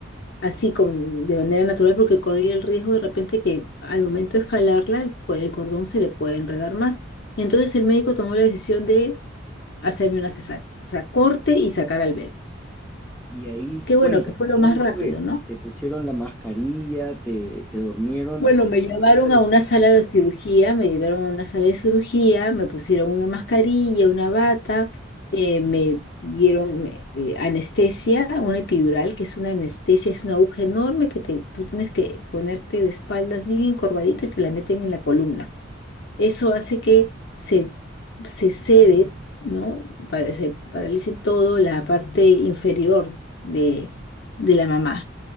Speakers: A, on the left (about 55°); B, in the centre.
A: así con, de manera natural porque corría el riesgo de repente que al momento de jalarla el, co- el cordón se le puede enredar más. Entonces el médico tomó la decisión de hacerme una cesárea, o sea, corte y sacar al bebé.
B: Y ahí
A: Qué bueno,
B: cuéntame,
A: que fue
B: ¿cómo
A: lo más rápido,
B: fue?
A: ¿no?
B: ¿Te pusieron la mascarilla? ¿Te, te durmieron?
A: Bueno, me llevaron
B: ¿Abriste los
A: a una
B: ojos?
A: sala de cirugía, me llevaron a una sala de cirugía, me pusieron una mascarilla, una bata, eh, me dieron eh, eh, anestesia, una epidural, que es una anestesia, es una aguja enorme que te, tú tienes que ponerte de espaldas bien encorvadito y te la meten en la columna. Eso hace que se, se cede, ¿no? Para- se paralice todo la parte inferior de, de la mamá